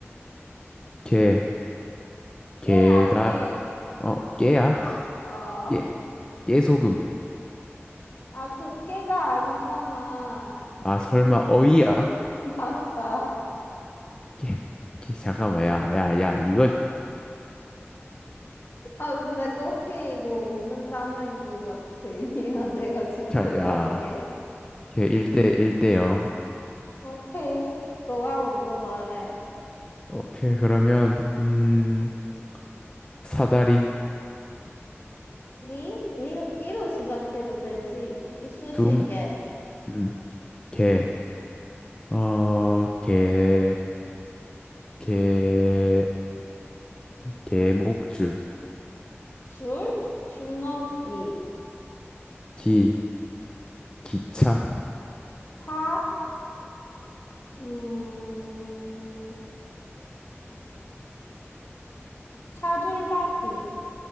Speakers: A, on the left; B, on the left.
A: 게,
B: 깨야,
A: 게다,
B: 깨.
A: 어, 깨야? <laughs>
B: 어.
A: 깨, 깨소금.
B: 아, 그 깨가 아니잖아.
A: 아, 설마, 어이야?
B: <laughs> 맞아.
A: 깨, 깨, 잠깐만, 야, 야, 야, 이거,
B: 아, 근데 꽃게 이거 없는 단어인 것 같아. <laughs> 미안, 내가 진
A: 자,
B: 걸로
A: 야,
B: 할게.
A: 걔 1대 1대 0.
B: 오케이, 너가 먼저 말해.
A: 오케이, 그러면 음, 사다리
B: 리? 리로, 이로 시작해도 되지. 이쑤시개.
A: 둠, 음, 개, 어, 개, 개, 개목줄,
B: 줄? 줄넘기.
A: 기, 기차,
B: 차? 음, 차돌박이.